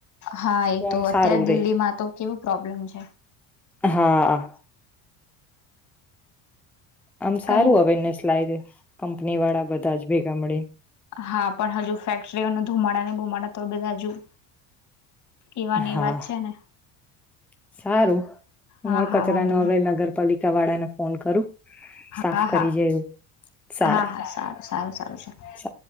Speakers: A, on the left (about 45°); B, in the centre.
A: હા એ તો
B: આમ
A: અત્યારે
B: સારું
A: દિલ્હીમાં
B: રે
A: તો કેવું પ્રોબ્લેમ છે.
B: હા. આમ સારું
A: કઈ
B: અવેરનેસ લાયદે કંપની વાળા બધા જ ભેગા મળે
A: હા પણ હજુ ફેક્ટરીઓને ધુમાડાને બુમાડા તો બધા જુ એવાને
B: હા
A: એ વાત છે, ને
B: સારું. હું
A: હા
B: આ
A: હા
B: કચરાનો
A: વાંધો
B: હવે
A: નહી
B: નગરપાલિકા વાળાને ફોન કરું સાફ
A: હા
B: કરી
A: હા
B: જાય સારું
A: હા હા સારું સારું સારું છ <inaudible>
B: સારું